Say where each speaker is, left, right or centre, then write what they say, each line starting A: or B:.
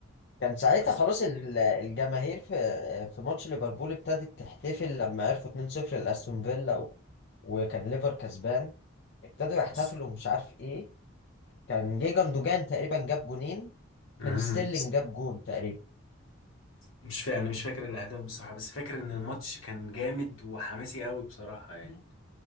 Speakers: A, on the left; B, on the left.
A: كان ساعتها
B: بس
A: خلاص ال- الجماهير في في ماتش ليفربول ابتدت تحتفل لما عرفوا 2-0 لاستون فيلا و- وكان ليفر كسبان ابتدوا يحتفلوا
B: بس
A: ومش عارف ايه كان جه جندوجان تقريبا جاب جونين
B: مم.
A: كان ستيرلينج جاب جون تقريبا
B: مش فاكر انا مش فاكر الاهداف بصراحة بس فاكر ان الماتش كان جامد وحماسي قوي بصراحة يعني
A: مم.